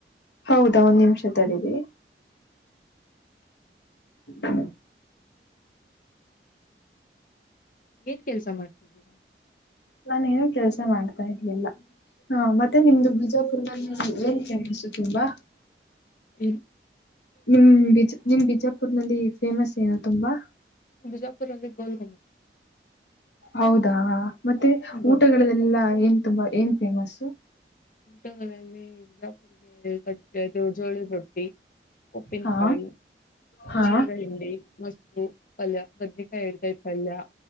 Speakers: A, on the left; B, on the left.
A: ಹೌದಾ ಒಂದ್ ನಿಮಿಷ ತಡೀರಿ ಹ್ಮ್
B: ಏನ್ ಕೆಲ್ಸ ಮಾಡ್ತಿದ್ದೀರಾ
A: ನಾನೇಏನ ಕೆಲ್ಸ ಮಾಡ್ತಾ ಇರ್ಲಿಲ್ಲ ಹ ಮತ್ತೆ ನಿಮ್ದು ಬಿಜಾಪುರ್ ನಲ್ಲಿ ಏನ್ ಫೇಮಸ್ಸು ತುಂಬಾ
B: ಹ್ಮ
A: ನಿ್ಮ್ಜ ನಿಮ್ ಬಿಜ ೂರ್ ನಲ್ಲಿ ಫೇಮಸ್ ಏನು ತುಂಬಾ
B: ಬಿಜಾಪು ಅಲ್ಲಿ ಗೋಲ್ಘುಮ
A: ಹೌದಾ ಮತ್ತೆ
B: ಗೋಲ್
A: ಊಟಗಳಲ್ಲೆಲ್ಲ ಏನ್ ತುಂಬಾ ಏನ್ ಫೇಮಸ್ು
B: ಊಟ ಬಿಜಾಪುರ್ಗೆ ಕಟ್ಟದು ಜೋಳಿ ರೊಟ್ಟಿ ಉಪ್ಪಿನಕಾಯಿ
A: ಹಾ ಹಾ
B: ಚಿಂಡಿ ಮ ಹ ಅಲ್ಲ ಬದ್ರಕಾಯಿ ಇಡ್ಕಾಯಿ ಪಲ್ಯ